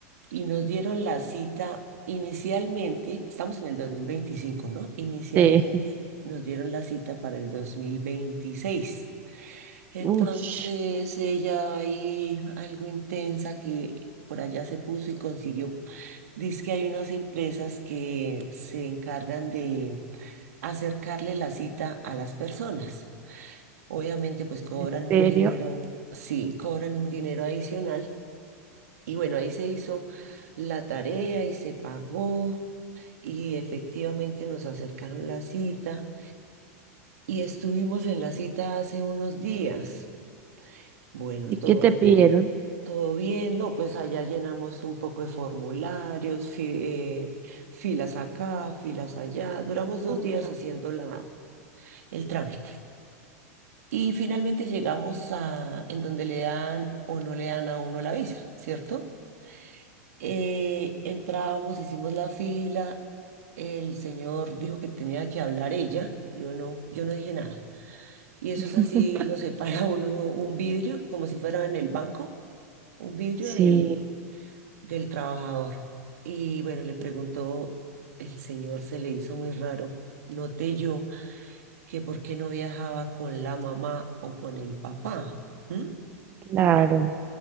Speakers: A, on the right (about 80°); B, on the right (about 20°).
A: y nos dieron la cita inicialmente, estamos en el 2025, ¿no? Inicialmente
B: sí.
A: nos dieron la cita para el 2026. Entonces
B: Ush,
A: ella ahí, algo intensa que por allá se puso y consiguió, dice que hay unas empresas que se encargan de acercarle la cita a las personas. Obviamente, pues cobran
B: ¿en
A: un
B: serio?
A: dinero, sí, cobran un dinero adicional y bueno, ahí se hizo la tarea y se pagó y efectivamente nos acercaron la cita y estuvimos en la cita hace unos días. Bueno,
B: ¿Y
A: todo,
B: qué te pidieron?
A: todo bien, ¿no? Pues allá llenamos un poco de formularios, fi- eh, filas acá, filas allá. Duramos dos
B: Mm.
A: días haciendo la, el trámite. Y finalmente llegamos a en donde le dan o no le dan a uno la visa, ¿cierto? Eh, entramos, hicimos la fila, el señor dijo que tenía que hablar ella, yo no, yo no dije nada. Y eso
B: <laughs>
A: es así, lo separa <laughs> uno un vidrio, como si fuera en el banco, un vidrio del,
B: Sí,
A: del trabajador. Y bueno, le preguntó, el señor se le hizo muy raro, noté yo que por qué no viajaba con la mamá o con el papá. ¿m?
B: claro.